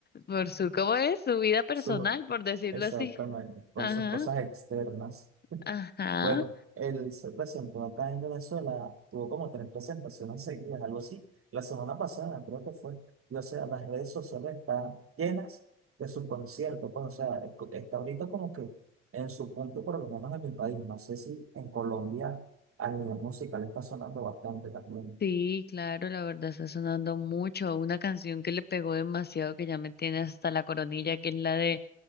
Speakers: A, on the left; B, on the right.
A: por su, ¿cómo es? Su vida personal,
B: Su-
A: por decirlo
B: exactamente,
A: así.
B: por
A: Ajá,
B: sus cosas externas.
A: ajá.
B: Bueno, él se presentó acá en Venezuela, tuvo como tres presentaciones seguidas, algo así. La semana pasada creo que fue. Y o sea, las redes sociales están llenas de su concierto. Pues, o sea, es- está ahorita como que en su punto, por lo menos en mi país. No sé si en Colombia a nivel musical está sonando bastante también.
A: Sí, claro, la verdad está sonando mucho. Una canción que le pegó demasiado, que ya me tiene hasta la coronilla, que es la de,